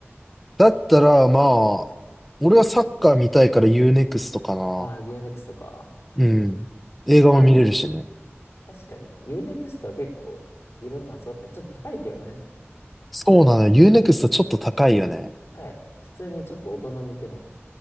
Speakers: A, in the centre; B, on the left (about 75°).
A: だったら、まあ、俺はサッカー見たいから u ネクストかな。
B: ああ、UNEXT か。
A: うん。映画も見れるしね。
B: まあな。確かにね。u n ク x トは結構いろんなの揃ってる、ちょっと高いけどね。
A: そうなのよ。u n ク x トちょっと高いよね。
B: 高い。普通にちょっと大人向けの。